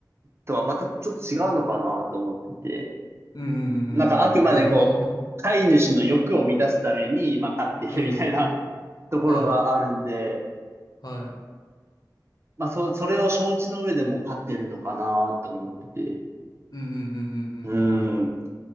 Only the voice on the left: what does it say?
うんうんうんうんうんうん。
なるほどね。
うんうん。
はい。はい。うん
うんうんうんうんうんうん。